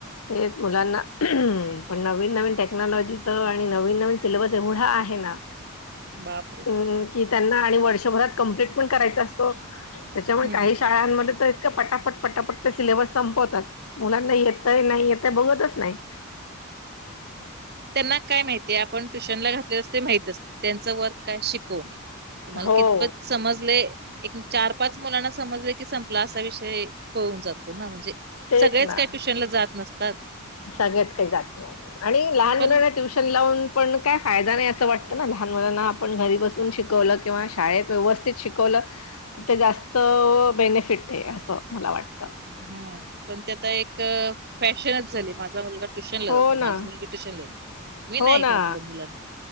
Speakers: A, on the left; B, on the right.
A: तेच मुलांना पण नवीन-नवीन टेक्नॉलॉजीचं आणि नवीन-नवीन सिलेबस एवढा, आहे ना
B: बापरे!
A: हम्म, कि त्यांना आणि वर्षभरात, कम्प्लीट पण करायचा असतो. त्याच्यामुळे,
B: हम्म.
A: काही शाळांमध्ये, तर इतका पटापट पटापट ते सिलेबस संपवतात, मुलांना येतय, नाही येतय, बघतच नाही.
B: त्यांना काय माहितीय, आपण ट्युशन ला घातलेस, ते माहितच, त्यांच वर्क काय शिकवणे. मला
A: हो
B: कितपत समजले, एक-चार-पाच मुलांना समजले की, संपला, असा विषय, होऊन जातो ना, म्हणजे
A: तेच
B: सगळेच
A: ना
B: काय ट्युशनला, जात नसतात.
A: सगळेच, काही जात नाही, आणि लहान
B: पण
A: मुलांना ट्युशन लावून पण काय फायदा नाही, असं वाटतं ना, लहान मुलांना, आपण घरी बसून शिकवलं, किंवा शाळेत व्यवस्थित शिकवलं तिथं जास्त, बेनिफिट ये, असं मला वाटतं.
B: हम्म, पण ते आता, एक फॅशनच झाली, माझा मुलगा ट्युशन ला
A: हो
B: जातो,
A: ना
B: माझी मुलगी ट्युशन ला, मी नाही
A: हो ना
B: घातलं, मुलां